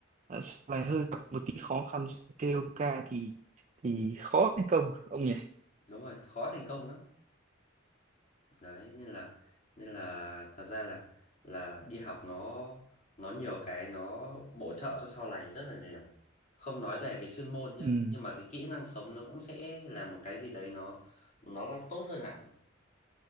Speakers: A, on the right; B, on the left.
A: ờ, sau này hơi gặp một tí khó khăn kêu ca thì thì khó thành công ông nhỉ
B: đúng rồi khó thành công lắm đấy nên là nên là thật ra là là đi học nó nó nhiều cái nó bổ trợ cho sau này rất là nhiều không nói về cái chuyên môn nhá
A: ừ.
B: nhưng mà cái kỹ năng sống nó cũng sẽ là một cái gì đấy nó nó là tốt hơn hẳn